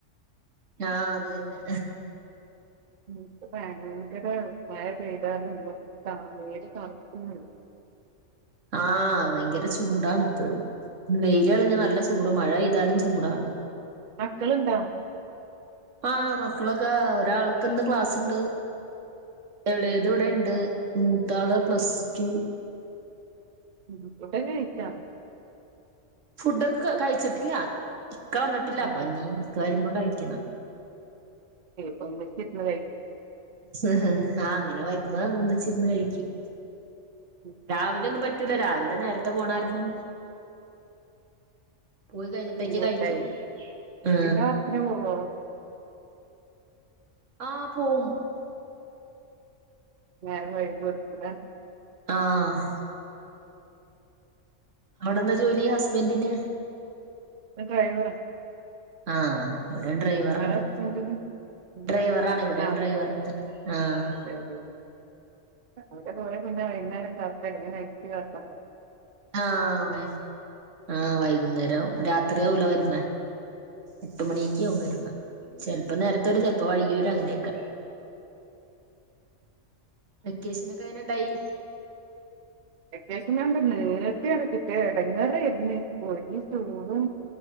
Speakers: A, on the right (about 75°); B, on the right (about 45°).
A: ആഹ അത്ന്നെ
B: ക്ക് ഭയങ്കര ഉ മ പെയ്താല നമ്മക്ക് നേര് കാണക്കുന്നു <inaudible>
A: ആഹ ഭയങ്കര ചൂടാാണ് ഇപ്പോഴും വെയില കളിഞ്ഞാ
B: ഉം
A: നല്ല ചൂട് മഴ പെയ്താലും ചൂടാണ്
B: മക്കളുണ്ടാ
A: ആഹ മക്കളൊക്കെ ഒരാൾക്ക് ഇന്ന് ക്ലാസ്സ് ഇണ്ട് ഇളയത്
B: ഉം
A: ഇവിടെ
B: ഉം
A: ഇണ്ട് മൂത്താള് പ്ലസ്
B: ഉം
A: ടു
B: ഉം ഫുഡൊക്കെ കഴിച്ചോ
A: ഫുഡൊക്കെ കഴിച്ചിട്ടില്ല ഇക്ക വന്നിട്ടില്ലഞ്ഞ
B: ഉം ഉം ഉം
A: ഇക്ക വരുമ്പോ കഴ ിക്ക
B: പ നിശി മ
A: ആഹ് അങ്ങനെ വരുന്ന ഒന്നിച്ചിരുന്ന് കഴിക്കും
B: ഉം
A: രാവിലെ ഒന്നും പറ്റൂല രാവിലെ നേരത്തെ പോണാരരുന്നു പോയി കഴിഞ്ഞിട്ടേക്ക്
B: ഇരുപത്തായി
A: കഴിക്കോൂ ആ
B: പിന്നെ വർക്കിന് പോവോ
A: ആഹ് പോവും
B: നേഞര വൈകിത്തത
A: ആഹ അവിടെന്താ ജോലി ഹസ്ബൻറിന്?
B: ഡ്രൈവറ
A: ആഹ ഇവിടെ ഡ്രൈവറാണ്
B: ഹസ്ബൻഡിന് ഉം
A: ഡ്രൈവറ ആണ് എവിടൊണ്
B: ആഹ്
A: ഡ്രൈവറാണ് ആഹ!
B: അതെ അതെ അവിടെ പോയ പിന്നെ വൈകുന്നേരം കാടൻ അച്ച്ു കക്കാ
A: ആഹ! ആ വൈകുന്നേര രാത്രിയാല വരു എട്ട് മണി ക്ക വരു അപ്പൊ നേരത്തെ ഒരു ചിലപ്പോ വഴി വരും അങ്ങനെയൊക്കെ വെക്കേഷനൊക്കെ അങ്ങനെ ഇണ്ടായി
B: അത്യാശം കണ്ട് നേട്ട എടുക്കട്ട എടങ്ങറായിരുന്നു ഇപ്പോചൂടും